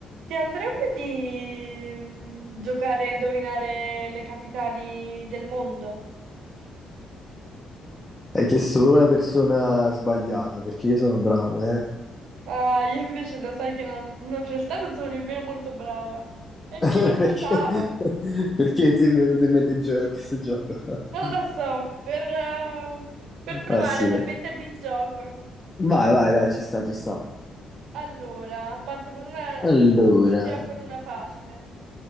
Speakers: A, on the right (about 80°); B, on the left (about 20°).
A: Ti andrebbe di mm, giocare a indovinare le capitali del mondo?
B: Hai chiesto proprio la persona sbagliata, perché io sono bravo, eh.
A: Ah, io invece lo sai che non, non- in realtà non sono nemmeno molto brava.
B: <laughs>
A: E
B: Allora
A: che
B: perché,
A: andava?
B: perché ti è venuto in mente di giocare a questo gioco? <laughs>
A: Non lo so, per, ehm, per provare,
B: Ah sì,
A: per
B: dai.
A: mettermi in gioco.
B: Vai, vai, dai, ci sta, ci sta.
A: Allora, parto con una
B: Allora,
A: difficile o con una facile?